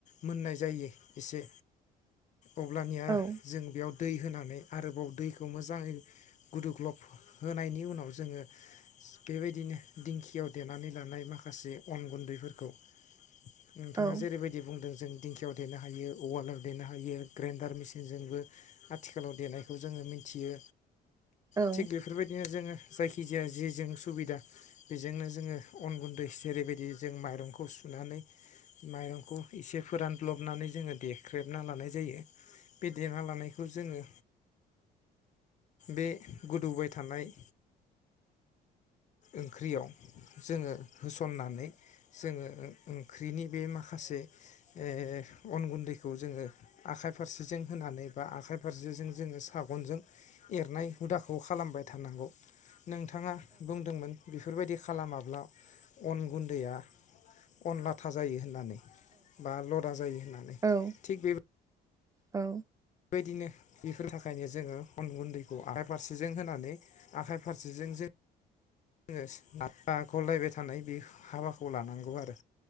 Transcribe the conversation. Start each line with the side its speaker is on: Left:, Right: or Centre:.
Left: मोननाय जायो एसे
Right: <inaudible>
Left: अब्लानिया
Right: औ
Left: जों बेयाव दै होनानै आरोबाव दैखौ मोजाङै गुदु ग्लब होनायनि उनाव जोङो सो बेबायदिनो दिंखियाव देनानै लानाय माखासे अन गुन्दैफोरखौ नोंथाङा
Right: औ
Left: जेरैबायदि बुंदों जों दिंखियाव देनो हायो उवालाव देनो हायो ग्रेन्डार मेसिनजोंबो आथिखालाव देनायखौ जोङो मिथियो
Right: औ
Left: थिग बेफोरबायदिनो जोङो जायखिजाया जेजों सुबिदा बेजोंनो जोङो अन गुन्दै जेरैबायद दि जों माइरंखौ सुनानै माइरंखौ एसे फोरानब्लबनानै जोङो देख्रेबना लानाय जायो। बे देना लानायखौ जोङो बे गोदौबाय थानाय ओंख्रियाव जोङो होसननानै जोङो ओंख ओंख्रिनि बे माखासे ए अन गुन्दैखौ जोङो आखाय फारसेजों होनानै बा आखाइ फारसेजों जोङो सागनजों एरनाय हुदाखौ खालामबाय थानांगौ। अ नोंथां बुंदोंमोन बिफ फोरबायदि खालामाब्ला अन गुन्दैआ अन लाथा जायो होननानै बा लदा जायो होननानै
Right: औ
Left: थिग बे
Right: औ
Left: बायदिनो बेफोर थाखायनो जोङो अन गुन्दैखौ आखाइ फारसेजों होनानै आखाइ फारसेजों जों ङोस आख आखल नायबाय थानाय बेख हाबाखौ लानांगौ आरो